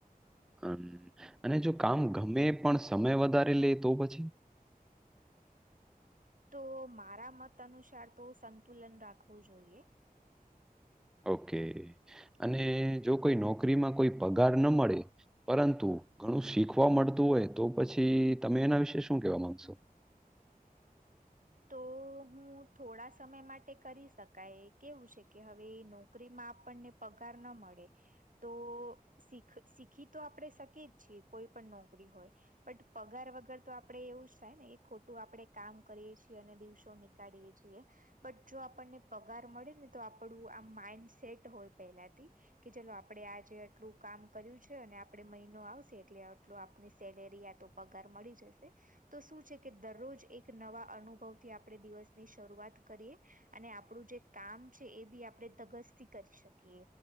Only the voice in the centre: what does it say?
હમ અને જો કામ ગમે પણ સમય વધારે લે તો પછી?
ઓકે અને જો કોઈ નોકરીમાં કોઈ પગાર ન મળે પરંતુ ઘણું શીખવા મળતું હોય તો પછી તમે એના વિશે શું કેવા માંગશો?